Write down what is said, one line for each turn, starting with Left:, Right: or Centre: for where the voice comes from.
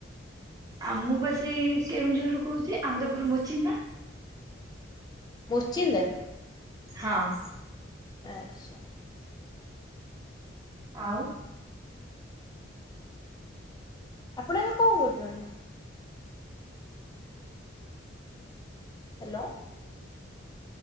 Right: ଆ ମୁଁବା ସେଇ କେଉଁଝରରୁ କହୁଛି ଆନ୍ଦପୁର ମୋଚି ନା।
Left: ମୋରଚୀଣ୍ଡା।
Right: ହଁ।
Left: ଆଚ୍ଛା।
Right: ଆଉ।
Left: ଆପଣ ଏବେ କଣ କରୁଛନ୍ତି? ହ୍ୟାଲୋ।